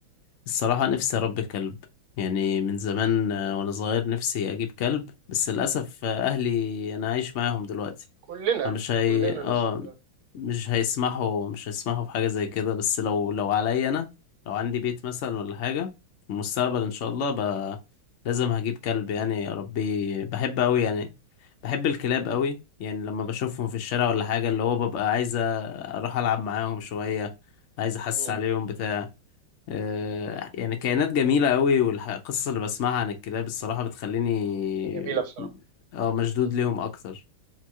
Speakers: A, on the left; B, on the right.
A: الصراحة نفسي أربي كلب يعني من زمان آه،
B: مم.
A: وأنا صغير نفسي أجيب كلب بس للأسف آه، أهلي أنا عايش معاهم دلوقتي
B: كلنا
A: فمش هي
B: كلنا
A: آه
B: نفس الكلام
A: مش هيسمحوا مش هيسمحوا بحاجة زي كده بس لو لو عليا أنا لو عندي بيت مثلا ولا حاجة في المستقبل إن شاء الله ب... لازم هجيب كلب يعني أربيه بحب أوي يعني بحب الكلاب أوي يعني لما بشوفهم في الشارع ولا حاجة اللي هو ببقى عايز أروح ألعب معاهم شوية عايز أحس
B: مم.
A: عليهم بتاع آه، يعني كائنات جميلة قوي والقصص اللي بسمعها عن الكلاب الصراحة بتخليني
B: جميله بصراحه
A: اه مشدود
B: مم.
A: ليهم أكتر